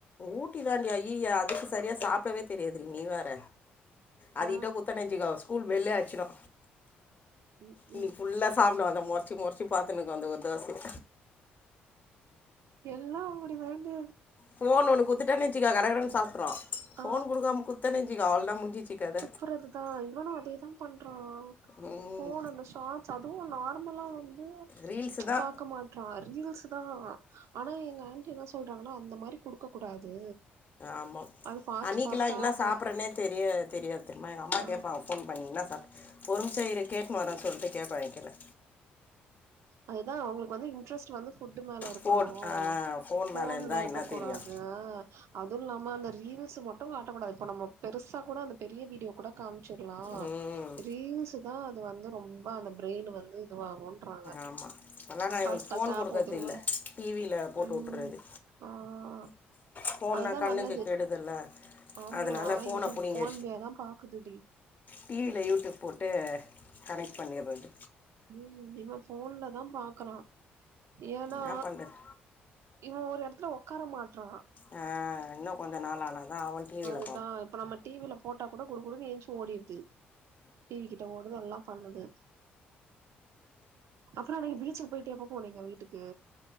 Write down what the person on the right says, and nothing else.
ஆ
ம் ம்
எல்லா அப்டி தான்டி
ஆ
துப்புறதுதா இவனு அதேதா பண்றா
ஃபோனல்ல சாட் ஸ் அதுவு நார்மலா வந்
பாக்க மாட்றா ரீல்ஸ் தா ஆனா எங்க ஆன்டி என்ன சொல்றாங்கனா அந்த மாரி குடுக்க கூடாது
அது ஃபாஸ்ட்
ஃபாஸ்ட்டா
போ
ஆ
அதுதான் அவங்ளுக்கு வந்து இன்ட்ரெஸ்ட் வந்து ஃபுட்டு மேல இருக்கணு
ஃபோன்ல
இருக்க
கூடாது
அதுவு இல்லாம அந்த ரீல்ஸ் ம ட்டும் காட்டக்கூடாது இப்ப நம்ம பெருசா கூட அந்த பெரிய வீடியோ கூட காமிச்சிற்லா
ரீல்ஸ் அதுதா அது வந்து ரொம்ப அந்த பிரெயின் வந்து இதுவாகுன்றாங்க
ஃபாஸ்ட்
ஃபாஸ்ட்டா
போதுல்ல
உம்
ஆம்
அதுதா
நல்லது
ஆம்மா
ஆனா
இது
ஃபோன்லைய தா பாக்குதுடி
ம் இவ ஃபோன்ல தா பாக்கறா ஏன்னா
இவ ஒரு எடத்துல ஒக்கார மாட்றா
அதா இப்ப நம்ம டி வி ல போட்டா கூட குடு குடுனு ஏன்ச்சி ஓடிட்து கிட்ட ஓடுது எல்லா பண்ணுது அப்றோ அன்னைக்கு பீச்சுக்கு போயிட்டு எப்ப போனீங்க வீட்டுக்கு